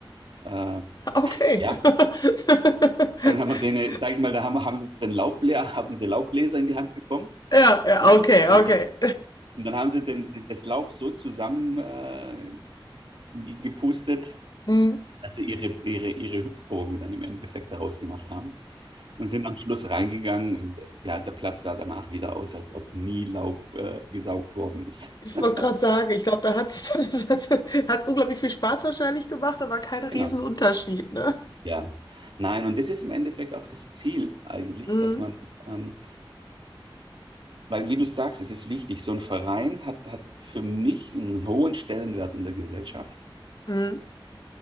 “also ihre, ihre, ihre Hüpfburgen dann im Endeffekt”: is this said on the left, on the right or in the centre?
Right